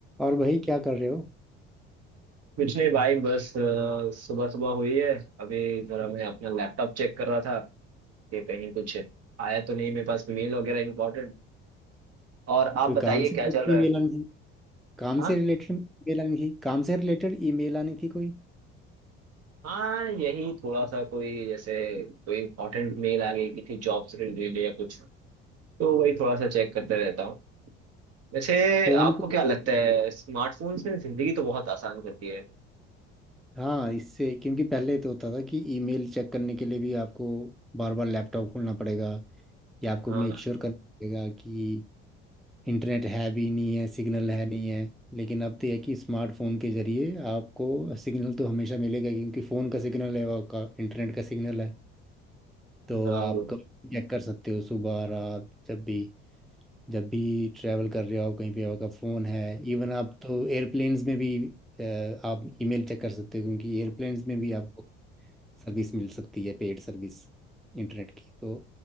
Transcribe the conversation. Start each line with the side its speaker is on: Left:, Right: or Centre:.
Centre: और भाई क्या कर रहे हो
Right: कुछ नहीं भाई बस सुबह सुबह हुई है अभी जरा मैं अपना लैपटॉप चेक कर रहा था कि कहीं कुछ आया तो नहीं मेरे पास मेल वगैरह इम्पोर्टेंट और आप
Centre: कोई
Right: बताइए
Centre: काम से
Right: क्या
Centre: रिलेटेड
Right: चल रहा
Centre: ईमेल
Right: है
Centre: आनी थी काम
Right: हाँ
Centre: से रिलेटेड ईमेल आनी थी काम से रिलेटेड ईमेल आनी थी कोई
Right: हाँ यही थोड़ा सा कोई जैसे कोई इम्पोर्टेंट मेल आ गई कि थी जॉब से रिलेटेड या कुछ तो वही थोड़ा सा चेक करते रहता हूँ वैसे
Centre: फोन
Right: आपको
Centre: पे
Right: क्या लगता है स्मार्टफोन्स ने जिंदगी तो बहुत आसान कर दी है
Centre: हाँ इससे क्योंकि पहले तो होता था कि ईमेल चेक करने के लिए भी आपको बार बार लैपटॉप खोलना पड़ेगा या आपको
Right: हाँ
Centre: मेक श्योर करना पड़ेगा कि इंटरनेट है भी नहीं है सिग्नल है नहीं है लेकिन अब तो यह है कि स्मार्टफोन के जरिए आपको सिग्नल तो हमेशा मिलेगा क्योंकि फ़ोन का सिग्नल है और का इंटरनेट का सिग्नल है तो
Right: हाँ
Centre: आप कभी चेक कर सकते हो सुबह रात जब भी जब भी ट्रैवल कर रहे हो आप कहीं पे आपका फ़ोन है इवन आप तो एयरप्लेन्स में भी अ, आप ईमेल चेक कर सकते हो क्योंकि एयरप्लेन्स में भी आपको सर्विस मिल सकती है पेड सर्विस इंटरनेट की तो